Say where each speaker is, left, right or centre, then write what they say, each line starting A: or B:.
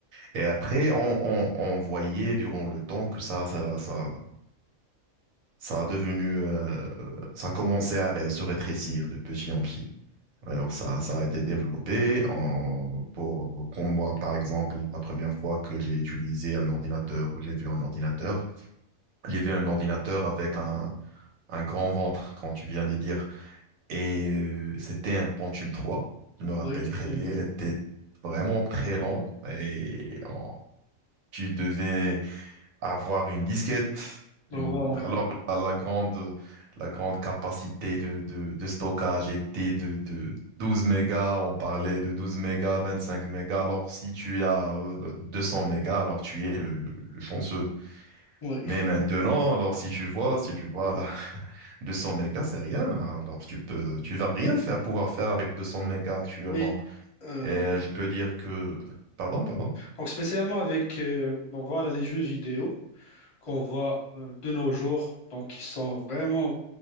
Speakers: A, on the right (about 80°); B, on the left (about 35°).
A: Et après, on, on, on voyait durant le temps que ça, ça, ça, ça a devenu, euh, ça commençait à ré- se rétrécir de petit en petit. Alors ça, ça a été développé en, pour, pour pour moi, par exemple, la première fois que j'ai utilisé un ordinateur ou j'ai vu un ordinateur, j'ai vu un ordinateur avec un, un grand ventre, quand tu viens de dire, et euh, c'était un Pentium 3. Je me rappelle
B: oui.
A: très
B: mhm.
A: bien, il était vraiment très lent et on- tu devais avoir une disquette,
B: Donc,
A: une-
B: voilà, oui.
A: alors la, la grande, la grande capacité de, de, de stockage était de, de 12 mégas, on parlait de 12 mégas, 25 mégas, alors si tu as euh, 200 mégas, alors tu es le, le- le chanceux.
B: Oui.
A: Mais Ouais. maintenant, alors si tu vois, si tu vois là, <laughs> 200 mégas, c'est rien, alors tu peux, tu vas rien faire, pouvoir faire avec 200 mégas actuellement.
B: oui. Euh,
A: Et je peux dire que, pardon, pardon,
B: donc, spécialement avec euh, donc, voilà, les jeux vidéo qu'on voit euh, de nos jours. Donc, ils sont vraiment